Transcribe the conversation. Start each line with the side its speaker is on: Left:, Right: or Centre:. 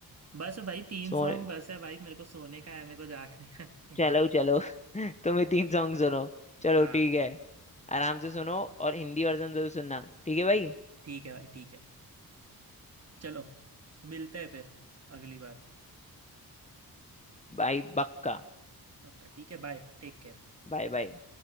Right: बस भाई तीन
Left: सो
Right: सॉन्ग बस है भाई मेरे को सोने का है मेरे को जागने का <laughs> नहीं है
Left: चलो चलो <laughs> तुम्हें तीन सॉन्ग सुनो चलो
Right: हाँ
Left: ठीक है आराम से सुनो और हिंदी वर्जन जरूर सुनना ठीक है भाई
Right: ठीक है भाई ठीक है चलो मिलते हैं फिर अगली बार
Left: बाय बक्का
Right: पक्का ठीक है बाय टेक केयर
Left: बाय बाय